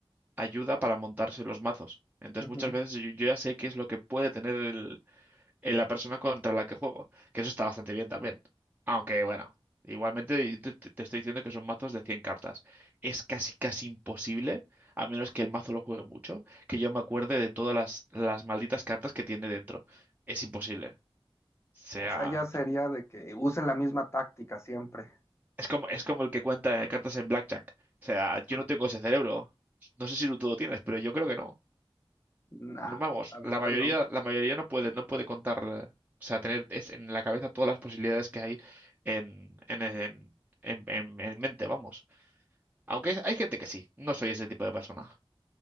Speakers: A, on the right (about 15°); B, on the left (about 30°).
A: ayuda para montarse los mazos. Entonces
B: Ujú.
A: muchas veces yo, yo ya sé qué es lo que puede tener en la persona contra la que juego, que eso está bastante bien también. Aunque bueno, igualmente yo te, te- te estoy diciendo que son mazos de 100 cartas. Es casi casi imposible, a menos que el mazo lo juegue mucho, que yo me acuerde de todas las, las malditas cartas que tiene dentro. Es imposible. O sea,
B: O sea, ya sería
A: t-
B: de que usen la misma táctica siempre.
A: es como, es como el que cuenta eh, cartas en Blackjack. O sea,
B: Ajá.
A: yo no tengo ese cerebro. No sé si tú lo tienes, pero yo creo que no.
B: Nah,
A: no, Vamos,
B: la verdad
A: la mayoría,
B: no.
A: la mayoría no puede, no puede contar, eh, o sea, tener es- en la cabeza todas las posibilidades que hay en, en, en, en, en- en mente, vamos. Aunque es- hay gente que sí, no soy ese tipo de persona.